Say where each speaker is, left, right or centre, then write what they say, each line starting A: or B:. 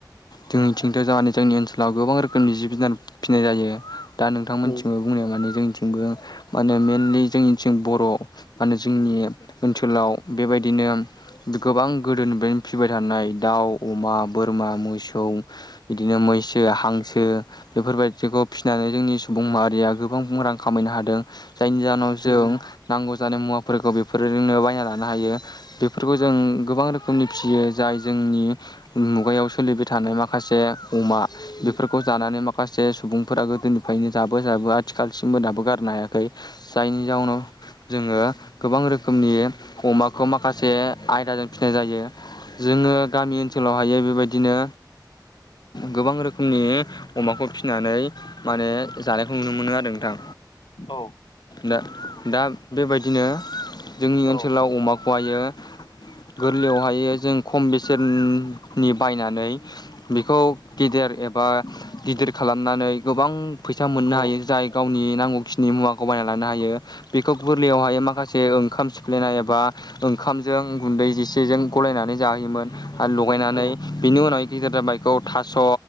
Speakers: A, on the left; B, on the left.
A: जोंनिथिंथ' जामानि जोंनि ओनसोलाव गोबां रोखोमनि जिब जुनार फिसिनाय जायो दा नोंथांमोननिथिंबो
B: उम
A: बुंनाय माने जोंनिथिंबो मा होनो मेनलि जोंनि बर' माहोनो जोंनि ओनसोलाव बेबायदिनो गोबां गोदोनिफ्रायनो फिबाय थानाय दाउ अमा बोरमा मोसौ बिदिनो मैसो हांसो बेफोरबायदिखौ फिसिनानै जोंनि सुबुं माहारिया गोबां रां खामायनो हादों जायनि जाहोनाव जों
B: उम
A: नांगौ जानाय मुवाफोरखौ बेफोरजोंनो बायना लानो हायो बेफोरफोरखौ जों गोबां रोखोमनि फिसियो जाय जोंनि मुगायाव सोलिबाय थानाय माखासे अमा
B: उम
A: बेफोरखौ जानानै माखासे सुबुंफोरा गोदोनिफ्रायनो जाबो जाबो आथिखालसिमबो दाबो गारनो हायाखै जायनि जाउनाव जोङो गोबां रोखोमनि
B: उम
A: अमाखौ माखासे आयदाजों फिसिनाय जायो जोङो गा ओनसोलाव हायो बेबायदिनो गोबां रोखोमनि अमाखौ फिनानै माहोनो जानायखौ नुनो मोनो आरो नोंथां
B: औ
A: दा दा बेबायदिनो जोंनि
B: औ
A: ओनसोलाव अमाखौ खौहायो गोरलैयावहायो जों खम बेसेननि बायनानै बेखौ गेदेर एबा गिदिर खालामनानै गोबां फैसा मोननो
B: औ
A: हायो जाय गावनि नांगौखिनि मुवाखौ बायना लानो हायो बेखौ गोरलैयावहाय माखासे ओंखाम सिफ्लायनाय एबा ओंखामजों गुन्दै जेसेजों गलायनानै जाहोयोमोन आरो लगायनानै
B: औ
A: बिनि उनाव गिदेर जाबायखौ थास'